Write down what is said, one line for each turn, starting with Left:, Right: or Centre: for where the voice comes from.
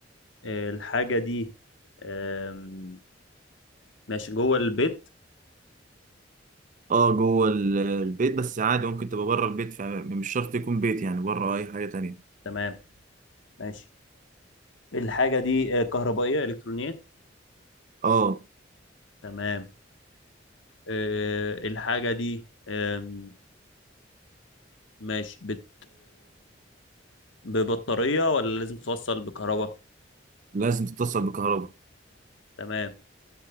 Left: أه، الحاجة دي أم... ماشي جوه البيت
Right: اه جوه ال- البيت بس عادي ممكن تبقى بره البيت فمش شرط يكون بيت يعني بره اي حاجه تانية
Left: تمام ماشي الحاجة دي أه، كهربائية إلكترونية
Right: اه
Left: تمام أه، الحاجة دي أم... ماشي بت ببطارية ولا لازم توصل بكهرباء
Right: لازم تتصل بكهرباء
Left: تمام